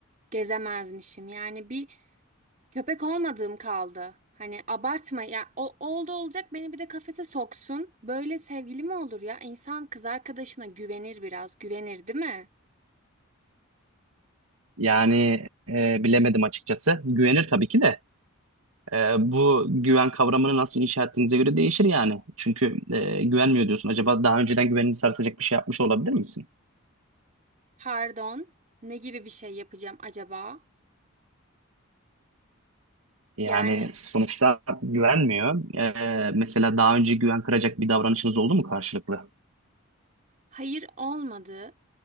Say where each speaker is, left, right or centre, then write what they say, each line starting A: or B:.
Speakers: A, on the right (about 35°); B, on the right (about 75°).
A: gezemezmişim. Yani bir Köpek olmadığım kaldı. Hani abartma ya o oldu olacak beni bir de kafese soksun. Böyle sevgili mi olur ya? İnsan kız arkadaşına güvenir biraz. Güvenir değil mi?
B: Yani e, bilemedim açıkçası. Güvenir tabii ki de. Ee, bu güven kavramını nasıl inşa ettiğinize göre değişir yani. Çünkü e, güvenmiyor diyorsun. Acaba daha önceden güvenini sarsacak bir şey yapmış olabilir misin?
A: Pardon. Ne gibi bir şey yapacağım acaba?
B: Yani
A: Yani
B: sonuçta güvenmiyor. Ee, mesela daha önce güven kıracak bir davranışınız oldu mu karşılıklı?
A: Hayır olmadı